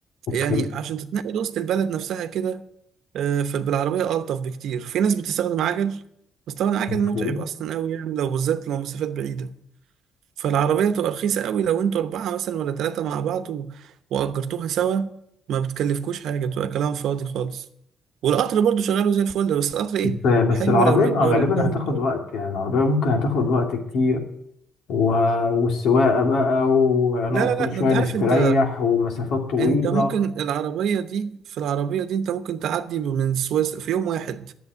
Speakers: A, on the left; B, on the right.
A: اوكي
B: يعني عشان تتنقل وسط البلد نفسها كده آه، فبالعربيه الطف بكتير في ناس بتستخدم عجل بس طبعا عجل
A: اوكي
B: متعب اصلا قوي يعني لو بالذات لو مسافات بعيده فالعربية بتبقى رخيصة قوي لو انتوا أربعة مثلا ولا تلاتة مع بعض و... وأجرتوها سوا ما بتكلفكوش حاجة بتبقى كلام فاضي خالص والقطر برضو شغاله زي الفل بس القطر ايه
A: ف- بس
B: حلو
A: العربية
B: لو من
A: غالبا
B: دولة لدولة
A: هتاخد
B: اه.
A: وقت يعني العربية ممكن هتاخد وقت كتير و... والسواقة بقى وهنقف
B: لا
A: كل
B: لا لا
A: شوية
B: ده انت عارف
A: نستريح
B: انت
A: ومسافات طويلة
B: انت ممكن العربية دي في العربية دي انت ممكن تعدي من سويسرا في يوم واحد